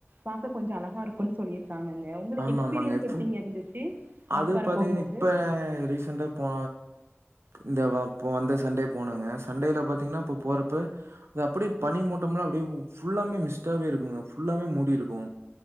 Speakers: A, on the right; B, on the right.
A: பார்க கொஞ்சோ அழக இருக்குனு சொல்லிருக்கு காங்கங்க உங்களுக்கு
B: ஆமாமாங்க.
A: எக்ஸ்பீரியன்ஸ்
B: ஃபுல்
A: எப்டிங்க இருந்துச்சு வால்பாற
B: அது பாத்தீங்கன்னா
A: போகும்போது
B: இப்ப ரீசன்டா போ இந்த வந்த சண்டே போனங்க சண்டேலே பாத்தீங்கன்னா அப்ப போறப்ப அது அப்டியே பனி மூட்டோம்லா அப்டியே ஃபுல்லாமே மிஸ்டாவே இருக்குங்க ஃபுல்லாமே மூடிருக்கு